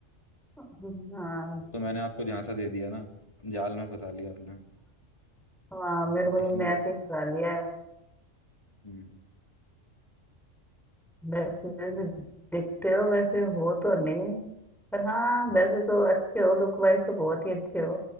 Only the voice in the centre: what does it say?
हाँ
हाँ मेरे को
तुमने ऐसे ही फंसा लिया है
वैसे जैसे दिखते हो वैसे हो तो नहीं पर हाँ
वैसे तो अच्छे हो लुक वाइज तो बहुत ही अच्छे हो